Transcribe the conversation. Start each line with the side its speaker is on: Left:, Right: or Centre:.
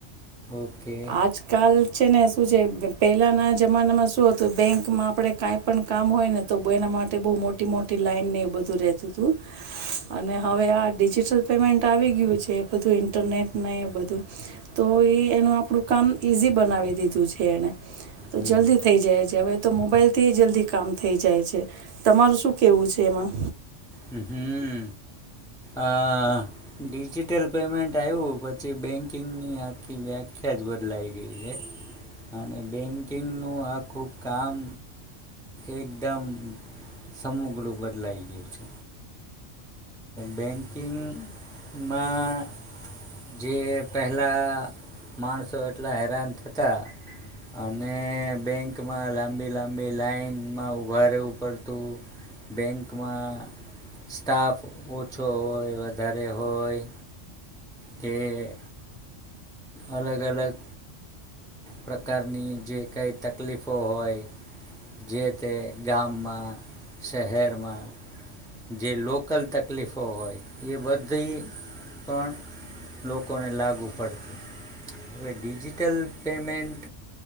Centre: ઓકે
Right: આજકાલ છે ને શું છે પહેલાંના જમાનામાં શું હતું બેંકમાં આપણે કાંઈ પણ કામ હોય ને તો બ એના માટે બહુ મોટી મોટી લાઈનને એવું બધું રહેતું તું. અને હવે આ ડિજિટલ પેમેન્ટ આવી ગયું છે બધું ઇન્ટરનેટ ને એ બધું તો એ એનું આપણું કામ ઇઝી બનાવી દીધું છે એણે. તો
Centre: હમ
Right: જલ્દી થઈ જાય છે હવે. તો મોબાઈલથી જલ્દી કામ થઈ જાય છે. તમારું શું કેવું છે એમાં?
Centre: હમ્મ-હમ્મ, આ ડિજિટલ પેમેન્ટ આયવું પછી બેંકિંગની આખી વ્યાખ્યા જ બદલાઈ ગઈ છે, અને બેંકિંગનું આખું કામ એકદમ સમુગ્રુ બદલાઈ ગયું છે. બેંકિંગમાં જે પહેલા માણસો એટલા હેરાન થતા અને બેંકમાં લાંબી-લાંબી લાાઈનમાં ઊભા રહેવું પડતું, બેંકમાં સ્ટાફ ઓછો હોય, વધારે હોય કે અલગ-અલગ પ્રકારની જે કાઈ તકલીફો હોય, જે તે ગામમાં, શહેરમાં જે લોકલ તકલીફો હોય એ બધી પણ લોકોને લાગુ પડતી. હવે ડિજિટલ પેમેન્ટ